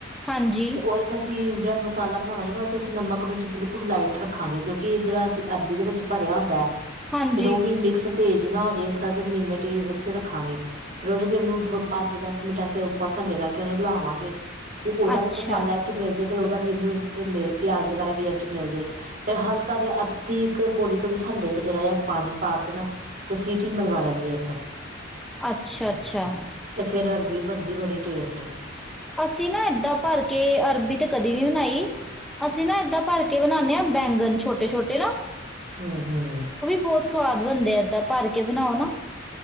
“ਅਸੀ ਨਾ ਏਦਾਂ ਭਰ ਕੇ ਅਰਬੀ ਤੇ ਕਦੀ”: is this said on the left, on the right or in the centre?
Centre